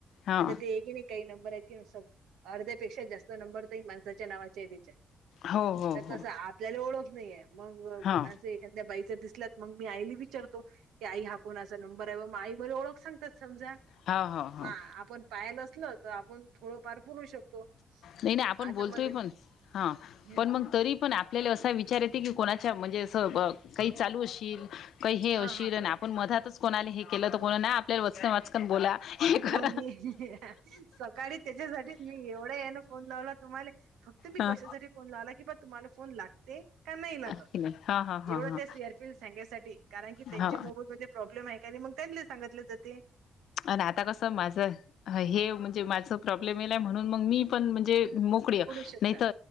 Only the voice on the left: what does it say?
हा
हो हो
हो
हा
हो हो
हो
नाही ना आपण
बोलतोय
पण हा
पण मंग तरी पण आ आपल्याला असा विचार येते की कोणाच्या म्हणजे असं ब काही चालू असशील, काही हे असशील
आन आप पण मधातच कोणाले हे केलं तर कोणा ना आपल्या वचकन वाचकन बोला. हे करा
हा
हा हा हा
हा
हा
आणि आता कसं माझं ह हे म्हणजे माझं प्रॉब्लेम येलय म्हणून मग मी पण म्हणजे. मोकळीय
नाहीत